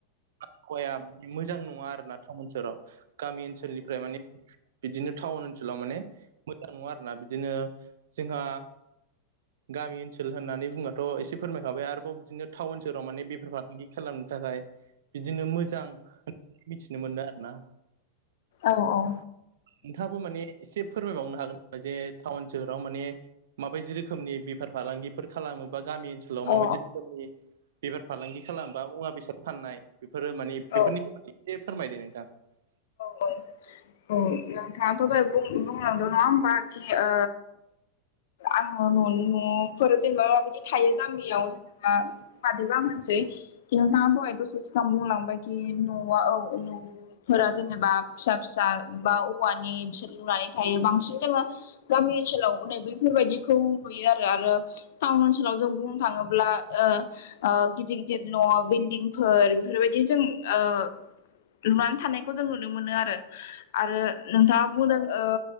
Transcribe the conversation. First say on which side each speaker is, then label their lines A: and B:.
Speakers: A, on the right; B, on the left.
A: आबहावाया मोजां नङा आरोना टाउन सोहोराव गामि ओनसोलनिफ्राय माने बिदिनो टाउन ओनसोलाव माने मोजां नङा आरोना बिदिनो जोंहा गामि ओनसोल होननानै बुङाथ' एसे फोरमायखाबाय आरोबाव बिदिनो टाउन सहाव माने बेफार फालांगि खालामनो थाखाय बिदिनो मोजां मिथिनो मोनो आरो ना
B: औ-औ
A: नोंथाङाबो माने एसे फोरमायबावनो हागोन नामा जे टाउन सोहोराव माने माबायदि रो रोखोमनि बेफार फालांगिफोर खालामो बा गामि ओनसोलाव
B: औ
A: माबायदि रोखोमनि बेफार फालांगि खालामबा मुवा बेसाद फाननाय बेफोरो मानि
B: औ
A: बेफोरनि बागै एसे फोरमायदो नोंथां। <unintelligible>
B: औ नोंथाङाथ' दहाय बुं-बुंलांदों नङा होमबा खि ओ आङो ननि न'फोर जेनेबा माबायदि थायो गामियाव जेनेबा मादैबा मोनसि नोंथाङा दहाय दसे सिगां बुंलांबाय कि न'आ औ न' फोर जेनेबा फिसा-फिसा बा औवानि बिसोर लुनानै थायो बांसिन जोङो गामि ओनसोलाव नै बेफोरबायाददिखौ नुयो आरो आरो टाउन ओनसोलाव जों बुंनो थाङोब्ला ओ ओ गिदिर-गिदिर न' बिल्डिंफोर बेफोरबायदि जों ओ लुनानै थानाय खौ जों नुनो मोनो आरो नोंथाङा बुंदों ओ